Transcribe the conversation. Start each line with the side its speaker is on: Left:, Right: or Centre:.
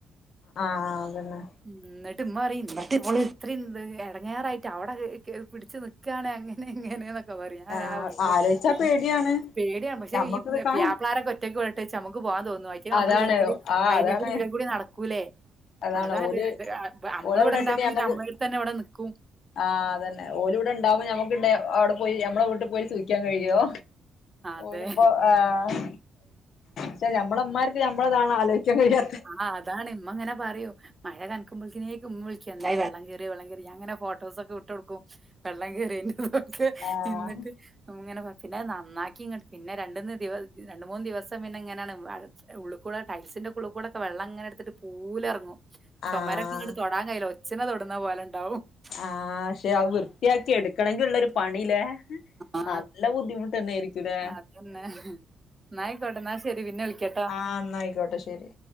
Left: ആഹ് അതന്നെ
Right: എന്നിട്ട് മ്മ പറയിം എന്റെ മോള് ഇത്ര ഇറങ്ങാറായിട്ട് അവിടെ പിടിച്ചുനിക്ക് ക്കാണ് അങ്ങനെ ഇങ്ങന. പേടിയാണ്
Left: ആഹ്
Right: പക്ഷെ
Left: ആലോചിച്ചാ
Right: ഈ
Left: പേടിയാണ്
Right: പേടി ആണ് പക്ഷേ
Left: ഞമ്മക്കിത് കാ
Right: പ്യാപളാരൊക്കെ ഒറ്റക്ക് പണ. ട്ടേച്ച് നമുക്ക് പോവാതോന്നോ അതിറ്റേള് നമ്മള്ഇല്ലെങ്കില്
Left: അതാണ് ആഹ്
Right: അയിലേകൂടി
Left: അതാണ്
Right: ഇതിലെകൂടി നടക്കൂല്ലേ
Left: അതാണ്
Right: അതല്ലേ
Left: ഓല്
Right: നമ്മള്
Left: ഓലെവിടെ
Right: ഇവിടെ ഇണ്ടാകുബെ
Left: ഇട്ടിട്ട് ഞമ്മക്ക്
Right: നമ്മളടുത്ത് തന്നെ ഇവിടെ നിക്കും.
Left: ആഹ് ഓല് ഇവിടെ ഇണ്ടാവുമോ ഞമ്മക്ക് അവിടെ പോയി നമ്മടെ വീട്ടിൽ പോയി സൂകിക്കാൻ കഴിയോ
Right: അതെ
Left: ഓരിപ്പോ ആഹ് ച്ച നമ്മമ്മാർക്ക് നഞമ്മളതന്നേണ് ആലോയിക്കാൻ കഴിയാറ്.
Right: ആഹ് അതാണ് ഇമ്മ അങ്ങനെ പറയോ മഴ കനക്കുമ്പോക്കിനേക്കും ഉമ്മവിളിക്കും എന്തായി വെള്ളം കേറിയോ വെള്ളം കേറിയോ ഞാനിങ്ങനെ ഫോട്ടോസൊക്കെ വിട്ട് കൊടുക്കും. വെള്ളം കേയറിതിന്റെ ക്കൈഎന്നിട്ട്.
Left: ആഹ്
Right: ഇങ്ങനെ പിന്നെ നന്നാക്കി ഇങ്ങട്ട പിന്നെ രണ്ടന്ന് ദിവസ രണ്ട മൂന്ന് ദിവസം പിന്നെ ഇങ്ങനെയാണ്. ഉള്ള്കൂടെ ടൈൽസിന്റെ ഒക്കെ ഉള്ളുകൂടൊക്കെ വെള്ളംങ്ങനെടുത്തിട്ട് പൂലെറങ്ങും ചുമര-
Left: ആഹ്
Right: ങ്ങട്ട തൊടാൻ കയ്യില്ല ഒച്ചിനെ തൊടുന്ന പോലെ ഇണ്ടാവും.
Left: ആക്ഷെ അത് വൃത്തിയാക്കി എടുക്കണങ്കിഉള്ള പണില്ലേ.
Right: ആ
Left: നല്ല ബുദ്ധിമുട്ടന്നേരിക്കുംലേ
Right: അതന്നെ. ന്നാ ആയിക്കോട്ടെ ന്നാ ശരി പിന്നെ വിളിക്കട്ടോ.
Left: ആഹ് ഇന്നായിക്കോട്ടെ ശെരി.